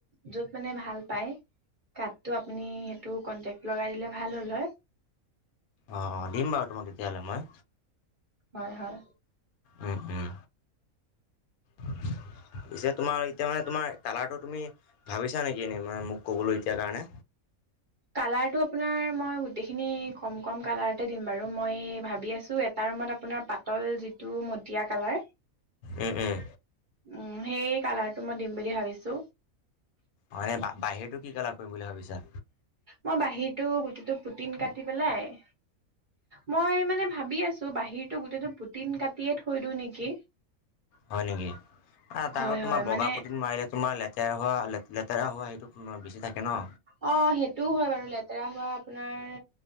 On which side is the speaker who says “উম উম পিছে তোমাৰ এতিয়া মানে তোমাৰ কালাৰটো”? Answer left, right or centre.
Left